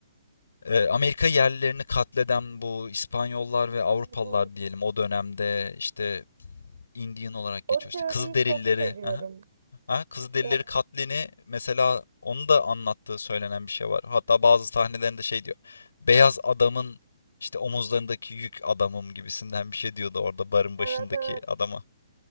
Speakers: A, on the left; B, on the right.
A: e, Amerika yerlilerini katleden bu İspanyollar ve Avrupalılar
B: evet.
A: diyelim o dönemde işte Indian olarak geçiyor
B: O teoriyi
A: işte Kızılderilileri.
B: çok seviyorum.
A: Aha. Ha, Kızılderilileri
B: Ya,
A: katlini mesela onu da anlattığı söylenen bir şey var. Hatta bazı sahnelerinde şey diyor. Beyaz adamın işte omuzlarındaki yük adamım gibisinden bir şey diyordu orada barın başındaki
B: evet, evet.
A: adama.